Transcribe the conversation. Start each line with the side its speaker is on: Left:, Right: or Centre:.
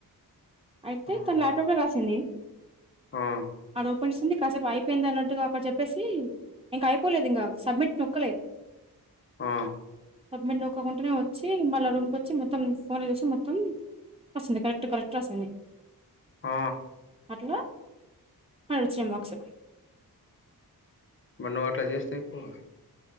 Right: అయితే
Left: ఆ
Right: తను లాప్టాప్ లో రాసింది
Left: ఆ
Right: ఆడ ఓపెన్ చేసింది కాసేపు అయిపోయింది అన్నట్టుగా అడ చెప్ చెప్పేసి ఇంక అయిపోలేదు ఇంకా సబ్మిట్ నొక్కలే
Left: ఆ
Right: సబ్మిట్ నొక్కకుండానే వచ్చి మళ్ళ రూమ్కి వచ్చి మొత్తం ఫోన్ చేసి మొత్తం వస్తుంది కరెక్ట్ కరెక్ట్ వస్తుంది
Left: ఆ
Right: ఎలా ఆడ వచ్చినాయి మార్క్స్
Left: మళ్ళ నువ్వు అట్లా చేస్తే ఎక్కువ